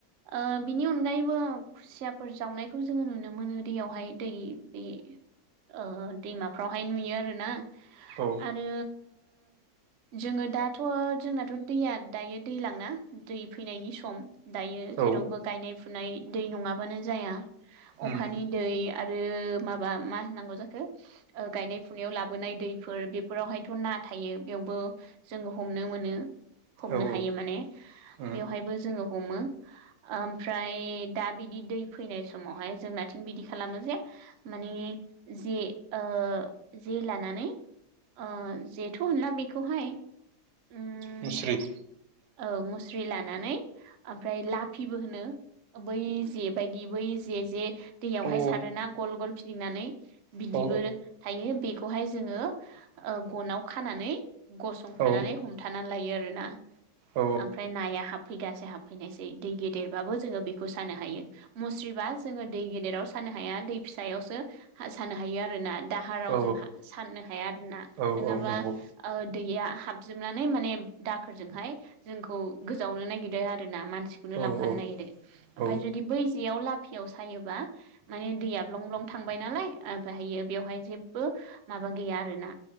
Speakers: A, on the right; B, on the right.
A: ओ बिनि अनगायैबो खुसियाफोर जावनायखौ जोङो नुनो मोनो दैयाव हाय दै बे ओ दैमाफ्रावहाय नुयो आरोना
B: औ
A: आरो जोङो दाथ' जोंनाथ' दैया दायो दैलांना दै फैनायनि सम दायो
B: औ
A: जेरावबो गायनाय फुनाय दै नङाबानो जाया अ
B: उम
A: अखानि दै आरो माबा मा होननांगौ जाखो ओ गायनाय फुनायाव लाबोनाय दैफोर बेफोरावहायथ' ना थायो बेयावबो जोङो हमनो मोनो हमनो
B: औ
A: हायो
B: औ
A: माने
B: <unintelligible>
A: बेवहायबो जोङो हमो ओमफ्राय दा बिदि दै फैनाय समावहाय जोंनाथिं बिदि खालामो जे माने जे ओ जे लानानै ओ जेथ' होनला बेखौहाय उम
B: मुस्रि
A: औ मुस्रि लानानै ओमफ्राय लाफिबो होनो बै जे बायदि बै जे जे दैयावहाय
B: अ औ
A: सारोना गल गल फिदिंनानै बिदि
B: औ
A: दिबो थायो बेखौहाय जोङो ओ गनाव खानानै गसंथानानै
B: औ
A: हम थानानै लायो आरोना
B: औ
A: ओमफ्राय नाया हाबफैगासे हाबफैनायसै दै गेदेरबाबो जोङो बेखौ सानो हायो मुस्रिबा जोङो दै गेदेराव सानो हाया दै फिसायावसो हा सानो हायो आरोना दाहाराव
B: औ
A: जोंहा सान नो हाया आरो ना
B: औ
A: नोङाबा
B: औ नंगौ
A: ओ दैया हाबजोबनानै माने दाखोरजोंहाय जोंखौ गोजावनो नागिरो आरो ना मानसिखौनो
B: औ
A: लांफानो
B: औ
A: नागिरो ओमफाय
B: औ
A: जुदि बै जेयाव लाब फियाव सायोब्ला माने दैया ब्लं ब्लं थांबाय नालाय ओमफाय हायो बेवहाय जेब्बो मा माबा गैया आरोना